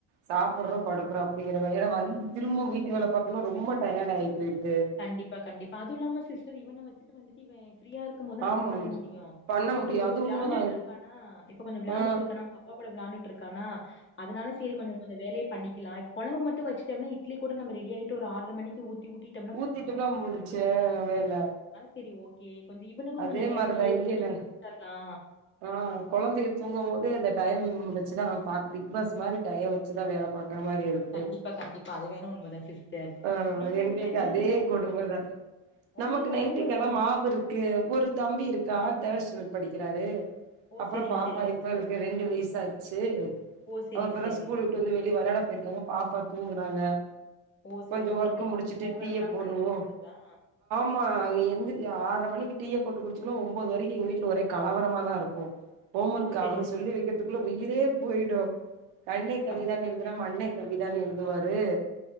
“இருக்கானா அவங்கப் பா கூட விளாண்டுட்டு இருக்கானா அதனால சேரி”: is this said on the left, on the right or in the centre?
Left